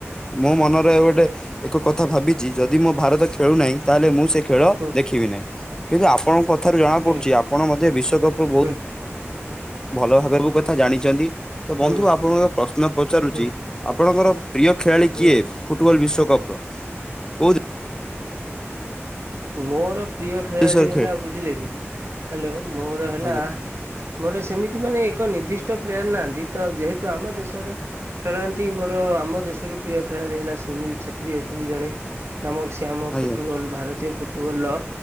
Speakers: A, on the left; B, on the right.
A: ମୋ ମନରେ ଗୋଟେ ଏକ କଥା ଭାବିଚି ଯଦି ମୋ ଭାରତ ଖେଳୁନାହିଁ ତାହେଲେ ମୁଁ ସେ ଖେଳ
B: ହୁଁ
A: ଦେଖିବି ନାହିଁ କିନ୍ତୁ ଆପଣଙ୍କ କଥାରୁ ଜଣା
B: ନାଇଁ
A: ପଡୁଛି ଆପ ଆପଣ ମଧ୍ୟ ବିଶ୍ବକପ୍ ରୁ ବହୁତ୍
B: ହୁଁ
A: ଭଲ ଭାବରେ ମୋ କଥା ଜାଣିଛନ୍ତି। ତ
B: ହୁଁ
A: ବନ୍ଧୁ ଆପଣଙ୍କୁ ଏକ ପ୍ରଶ୍ନ ପଚାରୁଚି
B: ହୁଁ
A: ଆପଣଙ୍କର ପ୍ରିୟ ଖେଳାଳି
B: ହୁଁ
A: କିଏ? ଫୁଟବଲ୍ ବିଶ୍ବକପ୍ ର। କୋଉ
B: ମୋର ପ୍ରିୟ ଖେଳାଳି
A: ଦେଶର
B: ହେଲା
A: ଖେଳ
B: ବୁଝିଲେ କି ହାଲୋ ମୋର ହେଲା
A: ଆଜ୍ଞା
B: ମୋର ସେମିତି ମାନେ ଏକ ନିର୍ଦ୍ଦିଷ୍ଟ ପ୍ଲେୟାର ନାହାନ୍ତି ତ ଯେହେତୁ ଆମ ଦେଶର ଖେଳାନ୍ତି ମୋର ଆମ ଦେଶରୁ ପ୍ରିୟ ଖେଳାଳି ହେଲା ସୁନୀଲ୍ ଛେତ୍ରୀ ଅଛନ୍ତି ଜଣେ। ନାମକ ସେ ଆମ
A: ଆଜ୍ଞା
B: ଫୁଟବଲ୍ ଭାରତୀୟ ଫୁଟବଲ୍ ର